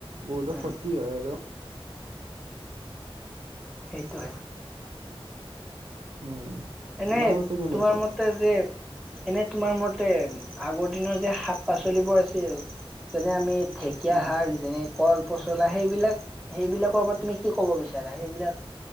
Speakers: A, on the right; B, in the centre.
A: বহুতো
B: উম
A: ক্ষতি হয় আৰু
B: সেইটো
A: উম
B: এনে
A: তোমাৰ মতে কেনেকুৱা
B: তোমাৰ মতে যে এনে তোমাৰ মতে আগৰ দিনৰ শাক পাচলিবোৰ আছিল যেনে আমি ঢেকীয়া
A: উম
B: শাক যেনে। কল পচলা সেইবিলাক সেইবিলাকৰ ওপৰত তুমি কি ক'ব বিচাৰা সেইবিলাক